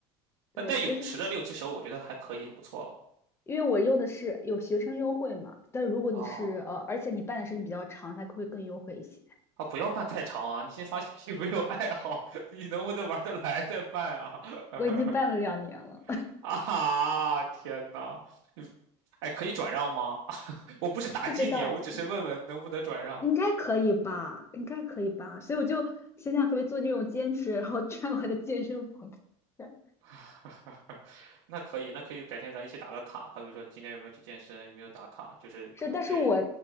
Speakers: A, on the left; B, on the right.
A: 对，
B: 那带泳池的六七十欧，
A: 就是
B: 我觉得还可以，很不错了。
A: 因为我用的是有学生优惠嘛，但如果你是呃，
B: 哦。
A: 而且你办的时间比较长，它会更优惠一些。
B: 啊，不要办太长啊！你先发信息，没有爱好，<laughs> 你能不能玩得来再办啊？<laughs>
A: 我已经办了两年了，
B: 啊哈！天呐，你哎，可以转让吗？<laughs> 我不是打击你啊，
A: <laughs> 不知道哎，
B: 我只是问问能不能转让。
A: 应该可以吧，应该可以吧，所以我就想想可不可以做这种兼职，然后赚我的健身房。<laughs>
B: <laughs> 那可以，那可以，改天咱一起打个卡，好比说今天有没有去健身，有没有打卡，就是可能别人，
A: 是，但是我